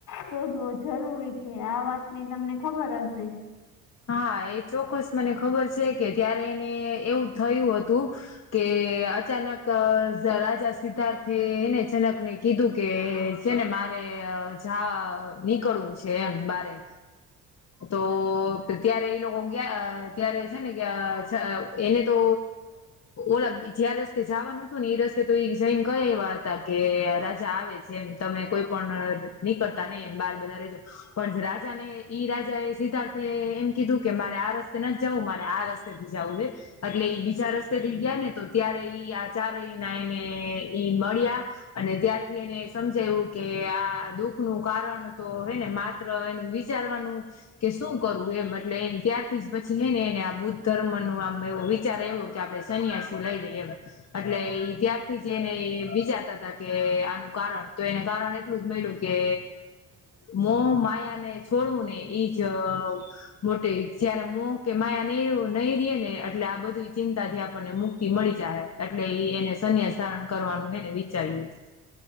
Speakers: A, on the left; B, on the left.
A: શોધવો જરૂરી છે આ વાત ની તમને ખબર હશે
B: હા, એ ચોક્કસ મને ખબર છે કે ત્યારે એને એવું થયું હતું કે અચાનક અહ રાજા સિદ્ધાર્થેને એને જનક ને કીધું કે છે ને મારે અહ જા નીકળવું છે એમ બારે. તો ત્યારે એ લોકો ઈ ગ્યા ત્યારે છે ને કે છ એને તો ઓલા જ્યાં રસ્તે જવાનું હતું ને એ રસ્તે તો એ જઈને કયા એવા હતા કે રાજા આવે જેમ તમે કોઈ પણ નીકળતા નહી એમ બાર બધા રજો પણ રાજા ને ઈ રાજા એ સિદ્ધાર્થે એમ કીધું કે મારે આ રસ્તે નથ જવું મારે આ રસ્તેથી જાવું હે. એટલે ઈ બીજા રસ્તે થઈ ગયા ને તો ત્યારે ઈ આ ચારેય નાય ને ઈ મળ્યા. અને ત્યારથી એને સમજાયું કે આ દુઃખ નું કારણ તો હે ને માત્ર એનું વિચારવાનું છે. કે શું કરવું એમ એટલે એ ત્યારથી પછી હે ને એને આ બુદ્ધ ધર્મ નું આમ એવું <unintelligible> ત્યારે એવું કે આપણે સન્યાસી લઈ લઈએ એમ. એટલે ઇ ત્યારથી જ એને વિચારતા હતા કે આનું કારણ તો એને કારણ એટલું જ મળ્યું. કે મોહ માયાને છોડવું ને ઈ જ મોટી જય્યારે મોહ કે માયા નહી નહી રે ને એટલે આ બધી ચિંતા થી આપણને મુક્તિ મળી જાહે. એટલે એ એને સંન્યાસ ધારણ કરવાનું એને વિચાર્યું.